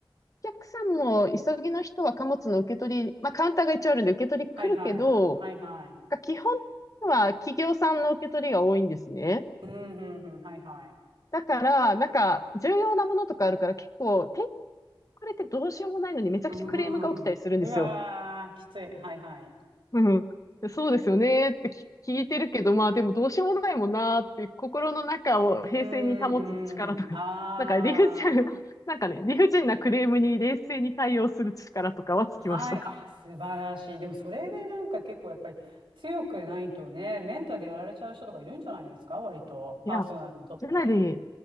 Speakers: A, on the left; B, on the right.
A: お客さんも急ぎの人は貨物の受け取り、まあカウンターが一応あるんで受け取り来るけど、
B: はいはい。はいはい。
A: 基本は企業さんの受け取りが多いんですね。
B: うん、うん、うん、はいはい。
A: だから、なんか重要なものとかあるから結構、手遅れてどうしようもないのにめちゃくちゃクレームが起きたりするんですよ。
B: うーん。うわー、きつい。はいはい。
A: うん。そうですよねってき聞いてるけど、まあでもどうしようもないもんなーって、心の中を平静に保つ力とか、
B: うーん、うーん。ああ。
A: なんか理不尽、なんかね、理不尽なクレームに冷静に対応する力とかはつきました。
B: はい、あ、素晴らしい。でもそれでなんか結構やっぱり強くないとね、メンタルやられちゃう人とかいるんじゃないですか、割と、パーソナルにとって。
A: いや、かなり、い